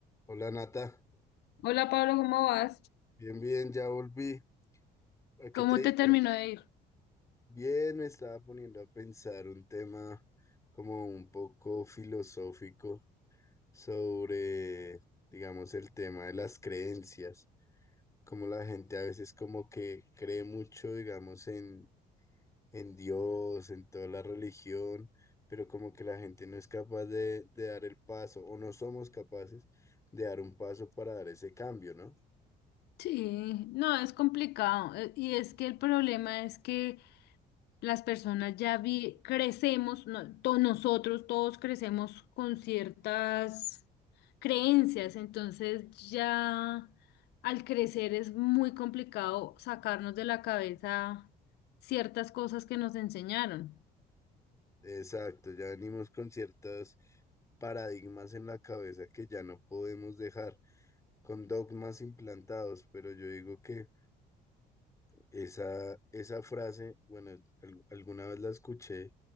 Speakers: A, on the left; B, on the left.
A: Hola Nata,
B: Hola Pablo, ¿cómo vas?
A: bien, bien, ya volví. ¿A qué
B: ¿Cómo
A: te dedicas?
B: te terminó de ir?
A: Bien, me estaba poniendo a pensar un tema como un poco filosófico sobre, digamos, el tema de las creencias, como la gente a veces como que cree mucho, digamos, en, en Dios, en toda la religión, pero como que la gente no es capaz de, de dar el paso o no somos capaces de dar un paso para dar ese cambio, ¿no?
B: Sí, no, es complicado. eh, Y es que el problema es que las personas ya vi, crecemos, no- to- nosotros todos crecemos con ciertas creencias, entonces ya al crecer es muy complicado sacarnos de la cabeza ciertas cosas que nos enseñaron.
A: Exacto, ya venimos con ciertos paradigmas en la cabeza que ya no podemos dejar, con dogmas implantados, pero yo digo que esa, esa frase, bueno, al- alguna vez la escuché,